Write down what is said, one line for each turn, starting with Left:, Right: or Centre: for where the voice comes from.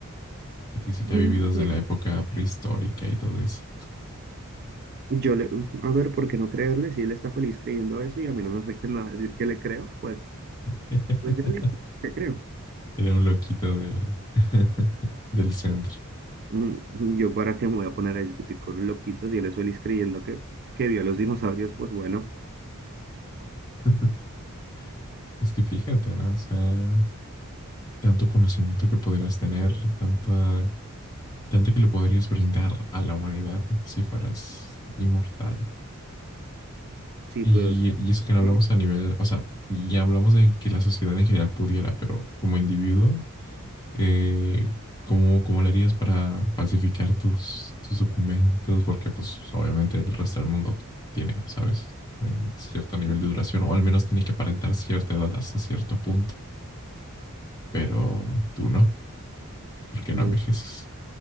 Left: Y te dice que
Right: Mm,
Left: ha vivido desde
Right: Yes.
Left: la época prehistórica y todo eso.
Right: Yo le, a ver, ¿por qué no creerle? Si él está feliz creyendo eso y a mí no me afecta en nada decir que le creo, pues,
Left: <laughs>
Right: pues ya listo, sí que creo.
Left: Era un loquito del, <laughs> del centro.
Right: Mm, Yo para qué me voy a poner a discutir con los loquitos y él es feliz creyendo que, que vio a los dinosaurios, pues bueno,
Left: <laughs> Es que fíjate, ¿no? O sea, tanto conocimiento que podrías tener, tanta, tanto que le podrías brindar a la humanidad si fueras inmortal.
Right: sí,
Left: Y,
Right: pero ¿sabes
Left: y eso que no
Right: qué?
Left: hablamos a nivel, o sea, ya hablamos de que la sociedad en general pudiera, pero como individuo, eh, ¿cómo, cómo lo harías para falsificar tus, tus documentos? Porque pues obviamente el resto del mundo tiene, ¿sabes? En cierto nivel
Right: Mm,
Left: de duración, o al menos tiene que aparentar cierta edad hasta cierto punto, pero tú no, porque
Right: No
Left: no envejeces.